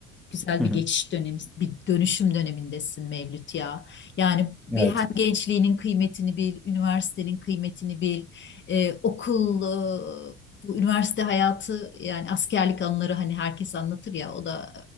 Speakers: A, on the left; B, in the centre.
A: Güzel
B: Hı
A: bir
B: hı.
A: geçiş dönemi, bir dönüşüm dönemindesin Mevlüt ya. Yani bir
B: Evet.
A: hem gençliğinin kıymetini bil, üniversitenin kıymetini bil, e, okul, e, bu üniversite hayatı yani askerlik anıları hani herkes anlatır ya o da